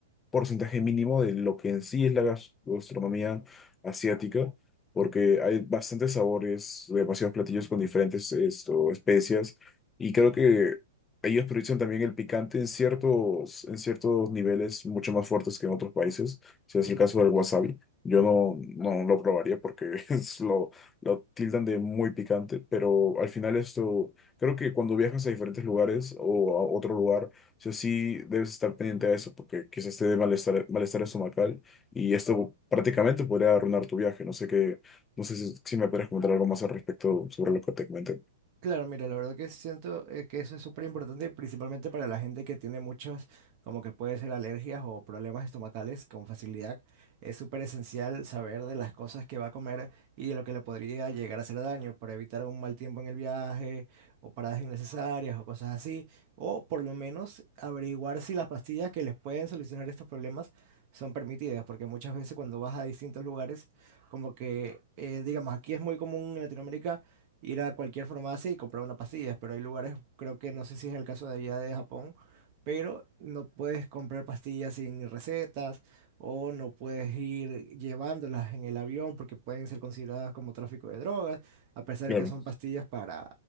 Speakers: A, on the left (about 15°); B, on the right (about 45°).
A: porcentaje mínimo de lo que en sí es la gas- gastronomía asiática, porque hay bastantes sabores, demasiados platillos con diferentes esto, especias, y creo que ellos priorizan también el picante en ciertos, en ciertos niveles mucho más fuertes que en otros países, si es el caso del wasabi. Yo no, no lo probaría porque <laughs> es lo, lo tildan de muy picante, pero al final esto, creo que cuando viajas a diferentes lugares o a otro lugar, sea, sí debes estar pendiente de eso porque quizás te dé malestar, malestar estomacal y esto prácticamente podría arruinar tu viaje. No sé qué, no sé si, si me puedes comentar algo más al respecto sobre lo que te comenté.
B: Claro, mira, la verdad que siento eh, que eso es súper importante, principalmente para la gente que tiene muchos, como que puede ser alergias o problemas estomacales con facilidad. Es súper esencial saber de las cosas que va a comer y de lo que le podría llegar a hacer daño para evitar un mal tiempo en el viaje o paradas innecesarias o cosas así. O por lo menos averiguar si las pastillas que les pueden solucionar estos problemas son permitidas, porque muchas veces cuando vas a distintos lugares, como que, eh, digamos, aquí es muy común en Latinoamérica ir a cualquier farmacia y comprar una pastilla, pero hay lugares, creo que no sé si es el caso de allá de Japón, pero no puedes comprar pastillas sin recetas o no puedes ir llevándolas en el avión porque pueden ser consideradas como tráfico de drogas, a pesar
A: Claro.
B: de que son pastillas para,